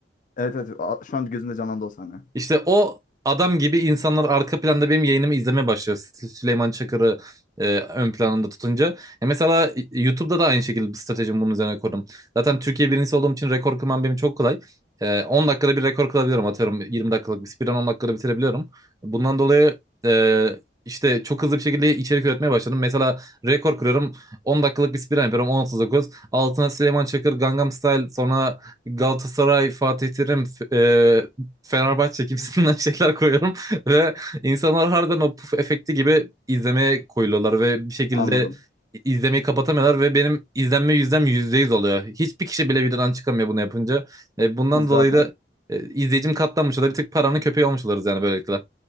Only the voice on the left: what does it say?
Evet evet. A- Şu an gözümde canlandı o sahne.
Anladım.
E, Zaten.